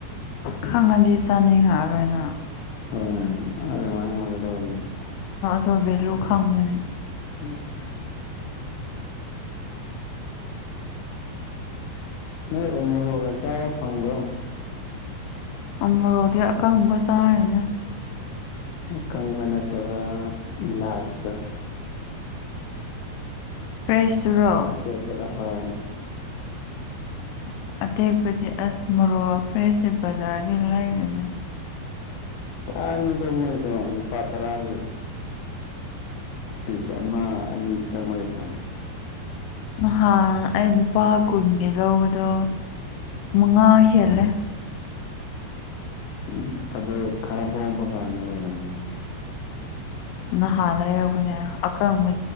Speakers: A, on the left; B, on the left.
A: ꯈꯪꯉꯗꯤ ꯆꯥꯅꯤꯡꯉꯛꯑꯔꯣꯏꯅ
B: ꯍꯣꯏ ꯑꯗꯨ ꯃꯥꯏ ꯍꯒꯗꯧꯕꯅꯦ
A: ꯇꯣꯕꯂꯨ ꯈꯥꯡꯉꯕꯅꯤ
B: ꯎꯝ ꯅꯣꯏ ꯎꯃꯣꯒ ꯆꯥꯕ ꯐꯪꯕ꯭ꯔꯣ
A: ꯃꯣꯔꯣꯗꯤ ꯑꯀꯪꯕ ꯆꯥꯔꯦꯅꯦꯁ
B: ꯀꯪꯕ ꯅꯠꯇꯕ ꯂꯥꯏꯐꯇꯣ
A: ꯐ꯭ꯔꯦꯁ ꯇꯨꯔꯣ
B: ꯑꯇꯦꯛꯄꯗ ꯍꯣꯏ
A: ꯑꯁ ꯑꯇꯦꯛꯄꯨꯗꯤ ꯑꯁ ꯃꯣꯔꯣꯛ ꯐ꯭ꯔꯦꯁꯦ ꯕꯖꯥꯔꯒꯤ ꯂꯩꯔꯦꯅ
B: ꯇꯥꯉꯤ ꯀ ꯃꯣꯏꯗ ꯄꯇꯔꯒꯤꯦ ꯇꯨꯔꯤꯁ ꯑꯃ ꯑꯅꯤ ꯈꯛꯇꯪ ꯑꯣꯏꯕꯅꯣ
A: ꯍꯥ ꯑꯗꯤ ꯄꯥꯈꯅꯤ ꯌꯦ ꯂꯧꯕꯗꯣ ꯃꯉꯥ ꯍꯦꯜꯂꯦ
B: ꯎꯝ ꯑ ꯈꯔ ꯍꯣꯡꯕ ꯀꯥꯟꯗ ꯑꯣꯏꯔꯝꯃꯅꯤ
A: ꯅꯍꯥꯟ ꯂꯩꯔꯛꯔꯕꯅꯦꯅ ꯑꯀꯪꯕ